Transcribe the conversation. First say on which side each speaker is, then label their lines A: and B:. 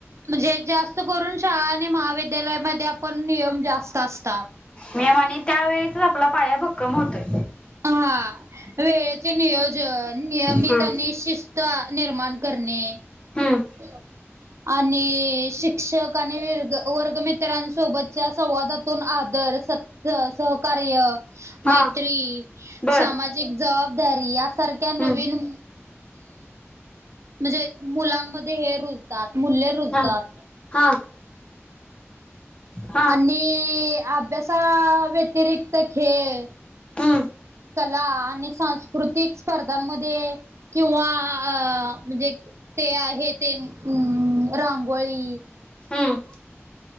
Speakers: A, on the right; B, on the left.
A: म्हणजे जास्त करून शाळा आणि महाविद्यालयामध्ये आपण नियम जास्त असता.
B: मेम आणि त्यावेेळेसच आपला पाया भक्कम होतोय.
A: हा वेळेचे नियोजन नियमित
B: हम्म
A: आणि शिस ता निर्माण करणे.
B: हम्म.
A: <inaudible> आणि शिक्षक आणि वर्गमित्रांसोबतच्या संवादातून आदर सत सहकार्य
B: हा
A: मैत्री
B: बर
A: सामा जीक जबाबदारी यासारख्या नवीन
B: हम्म
A: म्हणजे मुलांमध्ये हे रुजतात मूल्य रुजतात.
B: हा हा. हा
A: आणि अभ्यासा व्यतिरिक्त खेळ
B: हम्म.
A: कला आणि सांस्कृतिक स्पर्धांमध्ये किंवा अ म्हणजे ते आहे तेन रांगोळी
B: हम्म.